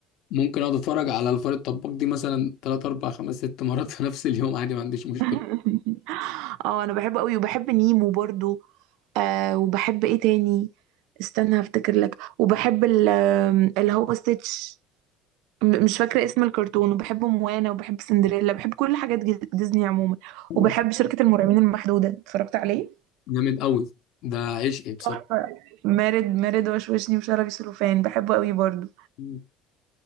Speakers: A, on the left; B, on the right.
A: ممكن اقعد اتفرج على الفار الطباخ دي مثلا 3 4 5 6 مرات في نفس اليوم عادي ما عنديش مشكله
B: <laughs> اه انا بحبه قوي وبحب نيمو برضو آه وبحب ايه تاني استنى هفتكر لك وبحب ال- آم، اللي هو ستيتش م- مش فاكرة اسم الكرتون وبحب موانا وبحب سندريلا بحب كل حاجات جز- ديزني عموما
A: أيوة.
B: وبحب شركة المرعبين المحدودة اتفرجت عليه
A: جامد قوي ده عشقي بصراحه
B: تحفة مارد مارد وشوشني وشلبي سلوفان بحبه قوي برضو
A: مم.